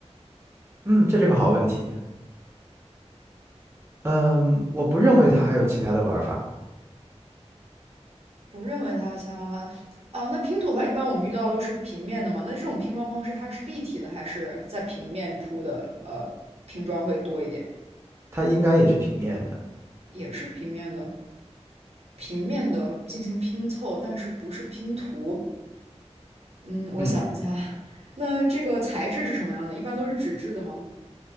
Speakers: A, on the right; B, on the right.
A: 嗯，这是个好问题。嗯，我不认为它还有其他的玩法。
B: 不认为它有其他玩儿法啊。那拼图的话，一般我们遇到的都是平面的嘛。那这种拼装方式，它是立体的还是在平面铺的？呃，拼装会多一点。
A: 它应该也是平面的。
B: 也是平面的，平面的进行拼凑，但是不是拼图。嗯，我想一下，
A: 嗯，
B: 那这个材质是什么样的？一般都是纸质的吗？